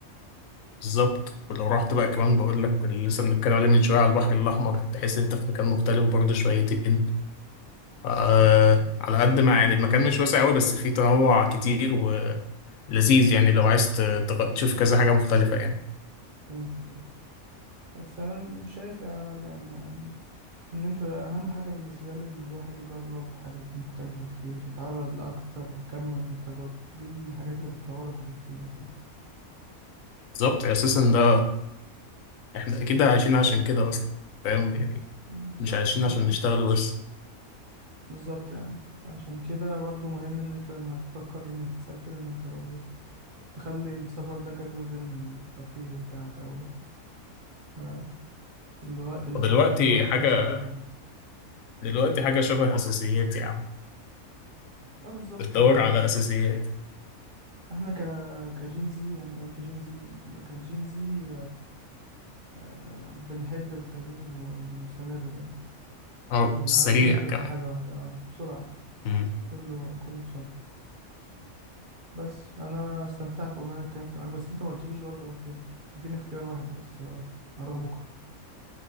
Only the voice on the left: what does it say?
بالظبط ولو رحت بقى كمان بقول لك اللي لسه بنتكلم عليه من شوية على البحر الأحمر تحس أنت في مكان مختلف برضه شويتين آه
على قد ما يعني المكان مش واسع أوي بس فيه تنوع كتير ولذيذ يعني لو عايز ت- تغ- تشوف كذا حاجة مختلفة يعني
بالظبط أساسا ده احنا اكيد عايشين عشان كده اصلا فاهم يعني
مش عايشين
عشان
نشتغل بس
ودلوقتي
حاجة
دلوقتي حاجة شبه اساسيات يا عم
بتدور
على اساسيات
اه
سريع
كمان
مم.